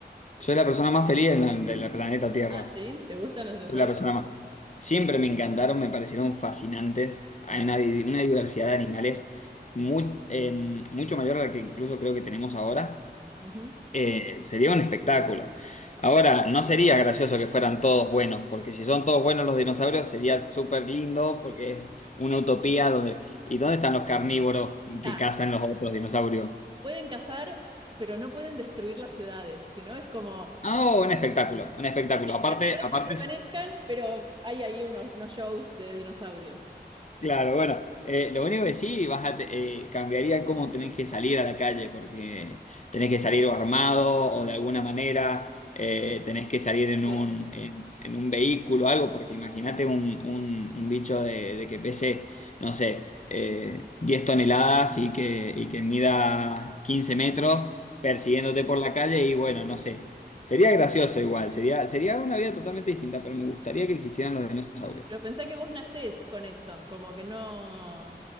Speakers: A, on the left (about 45°); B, on the right (about 25°).
A: soy la persona más feliz en la- del planeta Tierra.
B: Ah, ¿sí? ¿Te gustan los dinosaurios?
A: Soy la persona más. Siempre me encantaron, me parecieron fascinantes. Hay
B: Mirá.
A: una, di- una diversidad de animales muy, en- mucho mayor a la que incluso creo que tenemos ahora.
B: Ujú.
A: Eh, sería un espectáculo. Ahora, no sería gracioso que fueran todos buenos, porque si son todos buenos los dinosaurios sería súper lindo, porque es una utopía donde... ¿Y dónde están los carnívoros que
B: Ah,
A: cazan los otros dinosaurios?
B: pueden cazar, pero no pueden destruir las ciudades. Sino es como
A: Ah, oh, un espectáculo, un espectáculo.
B: que
A: Aparte,
B: las ciudades
A: aparte
B: permanezcan, pero hay ahí unos, unos shows de dinosaurios.
A: Claro, bueno, eh, lo único que sí, vas a te- eh, cambiaría cómo tenés que salir a la calle, porque tenés que salir o armado o de alguna manera, eh, tenés que salir en
B: Todo.
A: un, en, en un vehículo o algo, porque imagínate un, un- un bicho de, de que pese, no sé, eh, 10 toneladas y que, y que mida 15 metros persiguiéndote por la calle y bueno, no sé, sería gracioso igual, sería, sería una vida totalmente distinta, pero me gustaría que existieran los dinosaurios.
B: Pero pensé que vos nacés con eso, como que no,